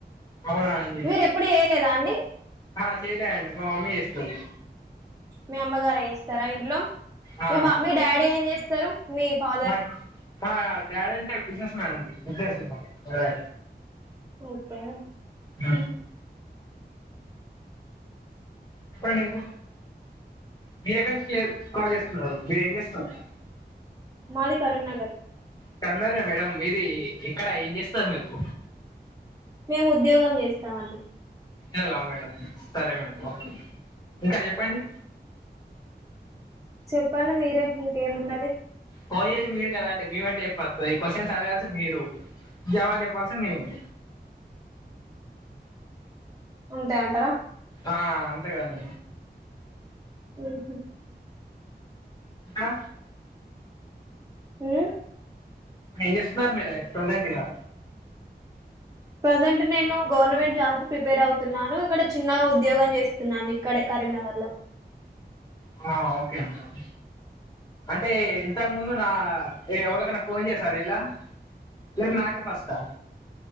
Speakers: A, on the left; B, on the right.
A: అవునా అండి
B: మీరు ఎప్పుడు యైలేద అ అండి
A: ఆ చేయలే అండి మా మమ్మీ చేస్తది
B: మీ అమ్మగారు ఎస్తర ఇంట్లో
A: ఆ
B: మీ మ మీ డాడీ ఏం చేస్తార్ సరు మీ ఫదర్
A: మా మా డాడీ అంటే బిజినెస్ మ్యాన్ అండి హాహా
B: ఓకే
A: హ చెప్పడండి ఇంక మీరు ఎక్కడి నుంచి కాల్ చేస్తున్నారు మీర ఏం చేస్తున్నారు
B: మాది కరీంనగర్
A: కన్ననే మేడం మీది ఎక్కడ ఏం చేస్తరు మీరు
B: మేము ఉద్యోగం చేస్తామండి
A: అలా మేడమ్ సరే మేడమ్ ఒకే ఇంకా జెప్పండి
B: చెప్పండి మీరే ఇంకేమున్నది
A: పోయేసి మీరు కదండి మీ వెంటే చెప్పస్తు ఈ క్వశ్చన్స్ అడగాల్సి మీరు జవాబు చెప్పాల్సి మేము
B: ఉంటాయి అంటర
A: ఆ అంతే కదము
B: ఉమ్మ్
A: ఆ
B: హమ్
A: ఏం చేస్తున్నార్ మీరే ప్రెసెంట్ గ
B: ప్రజెంట్ నేను గవర్నమెంట్ జాబ్ కు ప్రిపేర్ అవుతున్నాను ఇక్కడ చిన్న ఉద్యోగం చేస్తున్నాను ఇక్కడే కరీంనగర్ లో
A: ఒ ఒకే ఆన్ ఒకే అంటే ఇంతకు ముందు నా ఏ ఎవళకన్నా ఫోన్ చేసారా ఇలా లేక నాకే ఫస్ట్ ఆ